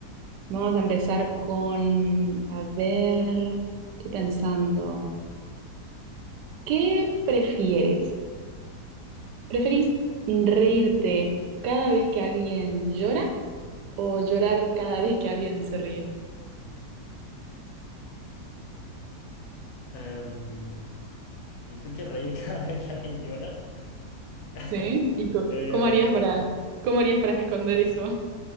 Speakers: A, on the right; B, on the left.
A: Vamos a empezar con, a ver, estoy pensando, ¿qué prefieres? ¿Preferís reírte cada vez que alguien llora o llorar cada vez que alguien se ríe?
B: Em, yo creo que reír <laughs> cada vez que alguien llora. <laughs>
A: ¿Sí? ¿Y co-
B: Eh,
A: cómo harías para, cómo harías para esconder eso?